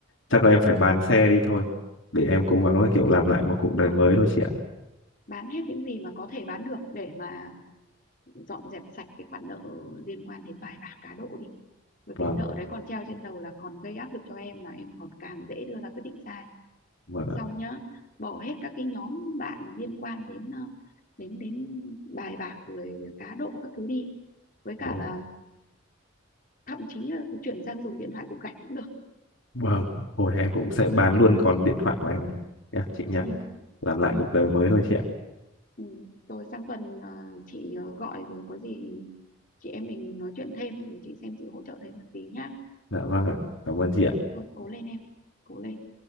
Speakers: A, on the left; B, on the left.
A: chắc là em phải bán xe đi thôi để em cố
B: ừ,
A: gắng là kiểu làm lại một cuộc
B: đúng
A: đời
B: rồi
A: mới thôi chị ạ
B: bán hết những gì mà có thể bán được để mà dọn dẹp sạch cái khoản nợ liên quan đến bài bạc cá độ đi bởi
A: vâng
B: vì nợ đấy còn treo trên đầu là còn gây áp lực cho em là em còn càng dễ đưa ra quyết định sai
A: vâng ạ
B: xong nhá bỏ hết các cái nhóm bạn liên quan đến ờ, đến đến bài bạc rồi cá độ các thứ đi với
A: Vâng,
B: cả là thậm chí là chuyển sang dùng điện thoại cục gạch cũng được
A: vâng. Hồi em cũng sẽ bán luôn con điện thoại của em đi. Nha, chị nha.
B: ừ,
A: Làm lại
B: ừ,
A: cuộc đời mới thôi chị ạ.
B: ừ. rồi sang tuần ờ, chị ờ, gọi rồi có gì chị em mình nói chuyện thêm rồi chị xem chị hỗ trợ thêm được gì nhá
A: Dạ vâng ạ. Cảm ơn chị ạ.
B: rồi cố lên em cố lên